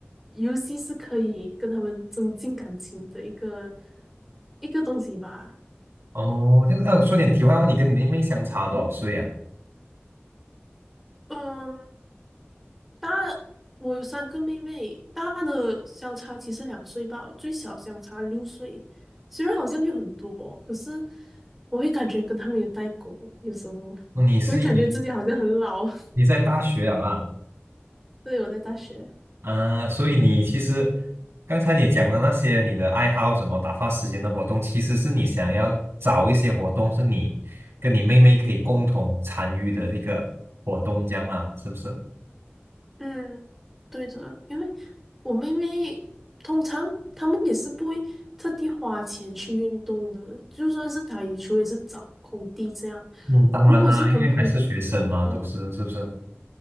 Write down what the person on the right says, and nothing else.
哦，这样子，哎、我说点题外话，你跟你妹妹相差多少岁啊？
哦你是已经
你在大学了啦，
啊，所以你其实刚才你讲的那些你的爱好什么打发时间的活动，其实是你想要找一些活动是你跟你妹妹可以共同参与的一个活动，这样啦，是不是？
嗯，当然啦，
因为还是学生嘛，
都是是不是？